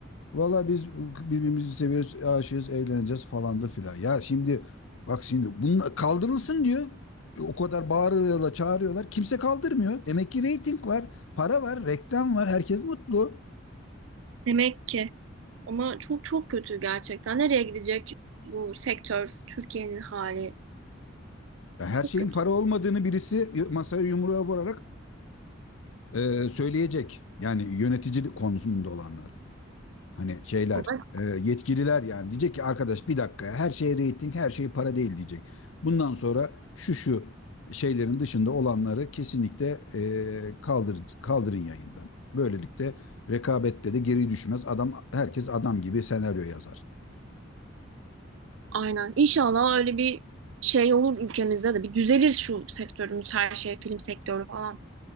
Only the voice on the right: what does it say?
Demek ki. Ama çok çok kötü gerçekten. Nereye gidecek bu sektör, Türkiye'nin hali?
Çok
kötü.
Vallahi
Aynen. İnşallah öyle bir şey olur ülkemizde de. Bir düzelir şu sektörümüz her şey, film sektörü falan.